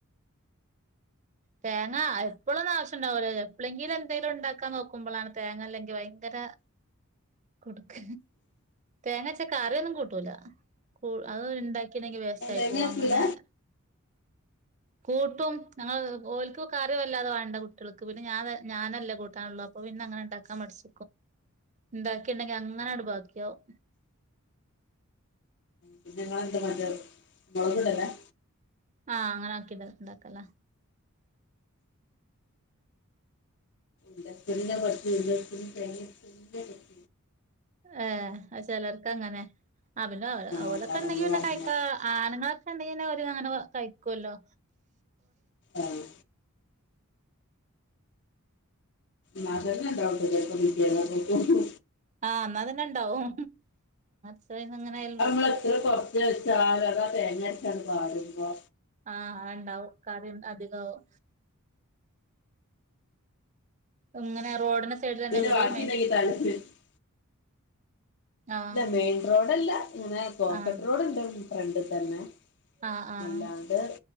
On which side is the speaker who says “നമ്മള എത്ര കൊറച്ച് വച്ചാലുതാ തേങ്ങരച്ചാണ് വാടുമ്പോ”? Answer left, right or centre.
Left